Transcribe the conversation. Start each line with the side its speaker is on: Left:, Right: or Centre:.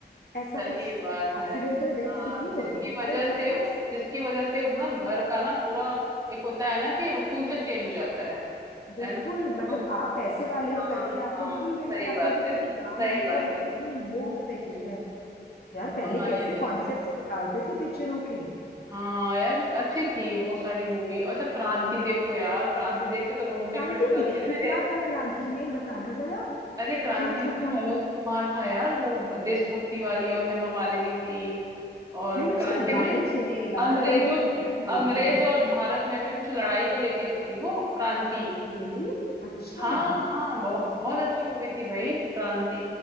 Left: ऐसा
Right: सही
Left: कुछ
Right: बात
Left: एक्सीडेंटल
Right: है
Left: डेथ
Right: हाँ
Left: कितनी होती
Right: जिसकी
Left: है यार
Right: वजह
Left: और
Right: से
Left: कितना
Right: जिसकी वजह से
Left: हाँ
Right: ना घर का ना पूरा एक होता है ना कि फ्यूचर चेंज हो जाता है
Left: बिल्कुल
Right: है ना
Left: मतलब
Right: तो
Left: आप पैसे वाले हो
Right: हाँ
Left: करके आप तो
Right: हाँ
Left: भूल गए
Right: सही
Left: कि आपने
Right: बात
Left: किसी
Right: है
Left: की
Right: सही
Left: जान ली
Right: बात
Left: और इतने
Right: है
Left: लोग अफेक्टेड
Right: हम्म,
Left: हैं यार पहले
Right: हाँ
Left: कैसे
Right: ये तो
Left: कॉन्सेप्ट्स निकालते थे पिक्चरों के
Right: हाँ यार अच्छी थी वो सारी मूवी अच्छा क्रांति देखो यार क्रांति देख के तो रोंगटे
Left: क्रांति
Right: खड़े हो जाते
Left: नहीं देखी
Right: हैं मेरे
Left: क्या था क्रांति में बताना जरा
Right: अरे क्रांति
Left: क्या
Right: में
Left: था क्रांति
Right: जो मनोज कुमार था यार वो देशभक्ति वाली और हेमा मालिनी थी और
Left: मैंने उसके
Right: क्रांति
Left: गाने
Right: मैंने
Left: सुने यार
Right: अंग्रेजों
Left: पर मैंने पिक्चर नहीं देखी
Right: अंग्रेज और भारत में ऐसे कुछ लड़ाई को लेके तो थी वो क्रांति
Left: रियली अच्छा
Right: हाँ हाँ बहुत बहुत
Left: ओ
Right: अच्छी मूवी थी भाई क्रांति